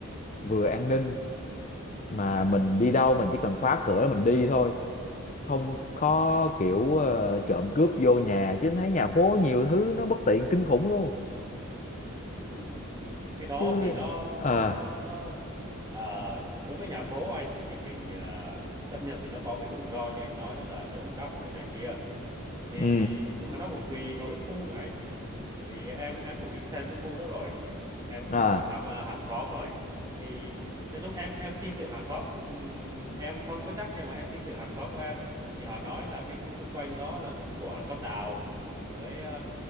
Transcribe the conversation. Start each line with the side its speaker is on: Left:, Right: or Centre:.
Left: vừa an ninh mà mình đi đâu mình chỉ cần khóa cửa là mình đi thôi
Right: ừ,
Left: không có kiểu ờ, trộm cướp vô nhà chứ anh thấy nhà phố nhiều thứ nó bất tiện kinh khủng luôn
Right: ừ. cái đó
Left: chứ
Right: thì nó nó
Left: ờ
Right: nó nó à, đối với nhà phố anh thì mình à, tất nhiên thì nó có cái rủi ro như anh nói đó là trộm cắp hay này kia thì
Left: ừ
Right: nhưng mà nó cũng tùy vào cái khu nữa anh Tại vì em em cũng đi xem cái khu đó rồi em cũng
Left: à
Right: hỏi thăm à, hàng xóm rồi thì nói chung em em tin tưởng hàng xóm Ừm, em không có chắc nhưng mà em tin tưởng hàng xóm của em thì họ nói là cái khu xung quanh đó là cũng của xóm đạo với ờ,